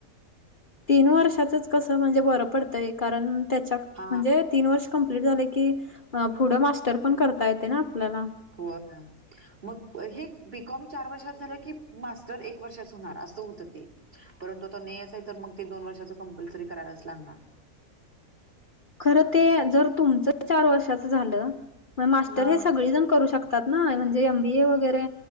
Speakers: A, on the left; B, on the right.
A: तीन वर्षाचच कस म्हणजे बरं पडतंय कारण त्याच्या म्हणजे
B: हा
A: तीन वर्ष... कपलीट झालं की पुढं मास्टर पन करता येते ना आपल्याला.
B: <inaudible> मग हे बीकॉम चार वर्षात झालं की मास्टर एक वर्षात च होणार असं होत ते. परंतु तो नियमच आहे तर मग ते दोन वर्षाच कंपल्सरी करायलाच लागणार..
A: खरं ते जर तुमचं चार वर्षाच झालं तर मास्टर
B: हा
A: हे सगळे जण करू शकत म्हणतात ना म्हणजे एमबीए वगैरे